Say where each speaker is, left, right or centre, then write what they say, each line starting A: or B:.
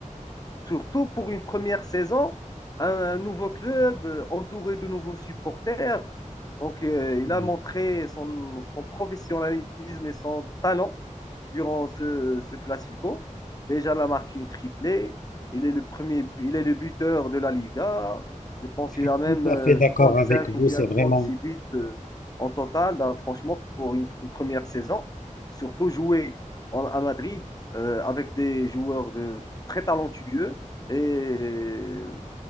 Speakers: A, on the left; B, on the left.
A: Surtout pour une première saison, un, un nouveau club, euh, entouré de nouveaux supporters. Donc, euh, il
B: Je
A: a montré son, son professionnalisme et son talent durant ce, ce Classico. Déjà, il a marqué une triplée. Il est le premier, il est le buteur de la Liga. Je pense
B: suis
A: qu'il a même
B: tout
A: euh,
B: à fait d'accord
A: 35
B: avec vous,
A: ou bien
B: c'est vraiment,
A: 36 buts euh, en total, Donc, franchement, pour une, une première saison. Surtout jouer en- à Madrid euh, avec des joueurs de, très talentueux. Et euh,